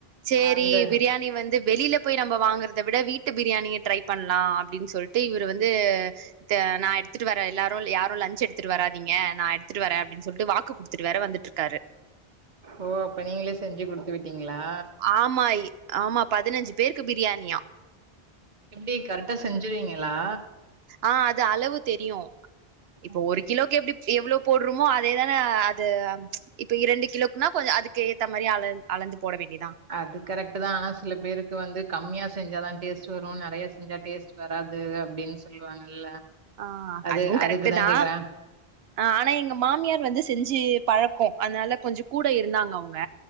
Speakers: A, on the right; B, on the right.
A: சேரி
B: அந்த
A: பிரியாணி வந்து வெளில போய் நம்ப வாங்குறத விட வீட்டு பிரியாணிய ட்ரை பண்லா அப்டின்னு சொல்ட்டு இவர் வந்து டு நா எடுத்துட்டு வரே எல்லாரு யாரு லன்ச் எடுத்துட்டு வராதீங்க திங்க நா எடுத்துட்டு வரே அப்டின்னு சொல்ட்டு வாக்கு குடுத்துட்டு வேற வந்துட்ருக்காரு
B: ஓ அப்ப நீங்களே செஞ்சு குடுத்து விட்டீங்களா
A: ஆமா ஆமா பதினஞ்சு பேருக்கு பிரியாணியா
B: எப்டி கரெக்டா செஞ்சுருவீங்களா
A: ஆ அது அளவு தெரியு இப்போ
B: அப்டிங்
A: ஒரு கிலோக்கு எப்டி எவ்ளோ போடுறமோ அதேதான அது இப்ப இரண்டு கிலோக்குன்னா கொஞ்சொ அதுக்கு ஏத்த மாரி அள அளந்து போட வேண்டியதா
B: அது கரெக்டு தா ஆனா சில பேருக்கு வந்து கம்மியா செஞ்சா தா டேஸ்ட்டு வரு நெறையா செஞ்சா டேஸ்ட் வராது அப்டின்னு சொல்லுவாங்கல்ல
A: ஆ
B: அது
A: அதுவும் கரெக்ட்டு
B: அதுக்குதா
A: தா
B: கேக்குறே
A: ஆ ஆனா எங்க மாமியார் வந்து செஞ்சு பழக்கோ அதுனால கொஞ்ச கூட இருந்தாங்க அவுங்க